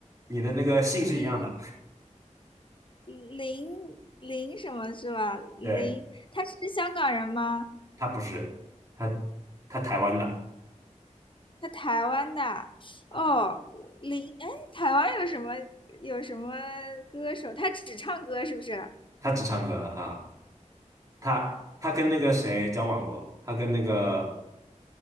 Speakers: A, on the right (about 25°); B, on the left (about 40°).
A: 你的那个姓是一样的，
B: 嗯，林林什么是吧？林，
A: 对，
B: 他是香港人吗？
A: 他不是，他他台湾的
B: 他台湾的。
A: 啊，
B: 哦，林，哎，台湾有什么有什么歌手？他只唱歌是不是？
A: 他只唱歌啊，他他跟那个谁交往过，他跟那个